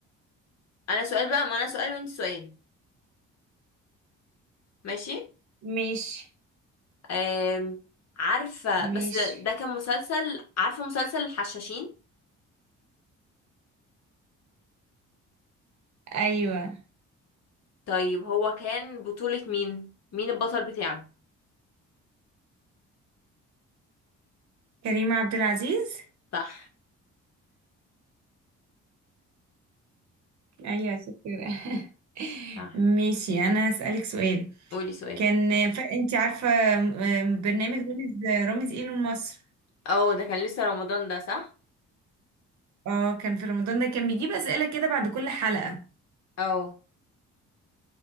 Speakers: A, on the left (about 55°); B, on the right (about 65°).
A: انا سؤال بقى ما انا سؤال وانت سؤال ماشي
B: ماشي
A: أم... عارفة بس
B: ماشي
A: ده كان مسلسل عارفة مسلسل الحشاشين
B: أيوة
A: طيب هو كان بطولة مين مين البطل بتاعه
B: كريم عبد العزيز
A: صح
B: أيوة شكرا <laughs>
A: صح
B: ماشي أنا هسألك سؤال
A: قولي سؤال
B: كان ف... أنت عارفة آم، برنامج رامز رامز إيه مصر
A: اه ده كان لسه رمضان ده صح
B: اه كان في رمضان ده كان بيجيب أسئلة كده بعد كل حلقة
A: اه